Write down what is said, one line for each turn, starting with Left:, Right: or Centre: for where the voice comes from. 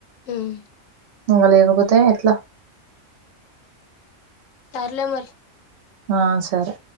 Left: ఉమ్
Right: ఉంగ లేకపోతే ఎట్లా
Left: సర్లే మరి
Right: ఆ సరే